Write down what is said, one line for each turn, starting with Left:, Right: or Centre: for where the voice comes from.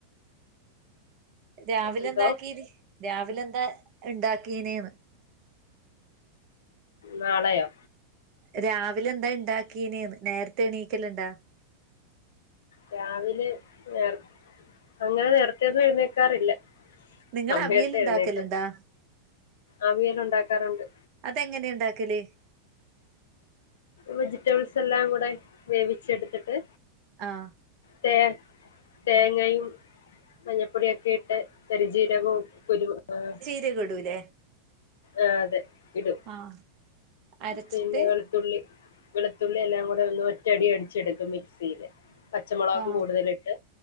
Right: രാവിലെ
Left: എന്തോ
Right: എന്താക്കീന്? രാവിലെ എന്താ ഇണ്ടാക്കീനേന്ന്.
Left: നാളെയോ?
Right: രാവിലെ എന്താ ഇണ്ടാക്കീന്യേന്ന്, നേരത്തെ എണീക്കല്ല ഇണ്ടാ?
Left: രാവിലെ എർ അങ്ങനെ നേർത്തെയൊന്നും എഴുന്നേക്കാറില്ല.
Right: നിങ്ങൾ
Left: സമയത്തേ
Right: അവിയൽ ഇണ്ടാക്കലുണ്ടാ
Left: എഴ്ന്നേക്കാൻ, അവിയലുണ്ടാക്കാറുണ്ട്
Right: അതെങ്ങെനേണ്ടാക്കല്?
Left: വെജിറ്റബിൾസെല്ലാം കൂടെ വേവിച്ചെട്ത്തിട്ട്
Right: ആഹ്
Left: തേ തേങ്ങയും മഞ്ഞപ്പൊടിയൊക്കെയിട്ട് പെര് ജീരകവും കുരു ഏഹ്
Right: ഇഞ്ച്യൊക്കെടൂലെ?
Left: ആഹ് അതെ ഇടും.
Right: ആഹ് അരച്ചിട്ട്
Left: പിന്നെ വെളുത്തുള്ളി വെളുത്തുള്ളി എല്ലാം കൂടെ ഒന്ന് ഒറ്റടി അടിച്ചെടുക്കും മിക്സീല്. പച്ചമുളക്
Right: ആഹ്
Left: കൂടുതലിട്ട്